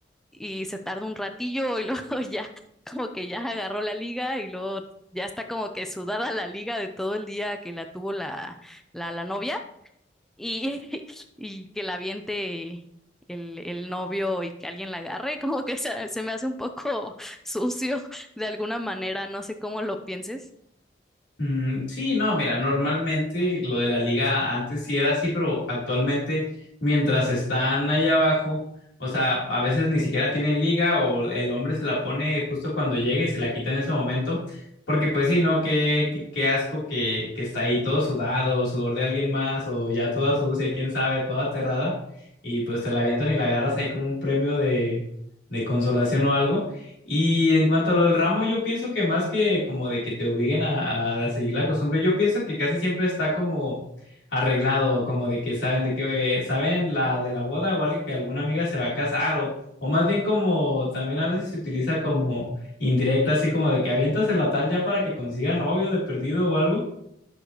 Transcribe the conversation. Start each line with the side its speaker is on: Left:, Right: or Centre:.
Centre: y se tarda un ratillo y luego <laughs> ya como que ya agarró la liga y luego ya está como que sudada la liga de todo el día que la tuvo la, la, la novia y, <laughs> y que la aviente el, el novio y que alguien la agarre, como que se, se me hace un poco <laughs> sucio de alguna manera, no sé cómo lo pienses.
Left: Mm, sí, no, mira, normalmente lo de la liga antes sí era así, pero actualmente mientras están allá abajo, o sea, a veces ni siquiera tienen liga o el hombre se la pone justo cuando llega y se la quita en ese momento, porque pues sí, ¿no? Qué, qué, qué asco que, que está ahí todo sudado, sudor de alguien más o ya toda sucia, quién sabe, toda aterrada y pues te la avientan y la agarras ahí como un premio de, de consolación o algo. Y en cuanto a lo del ramo, yo pienso que más que como de que te obliguen a, a seguir la costumbre, yo pienso que casi siempre está como arreglado, como de que saben de que eh, saben la de la boda o algo que alguna amiga se va a casar o, o más bien como también a veces se utiliza como indirecta, así como de que aviéntaselo a tal ya para que consiga novio de perdido o algo.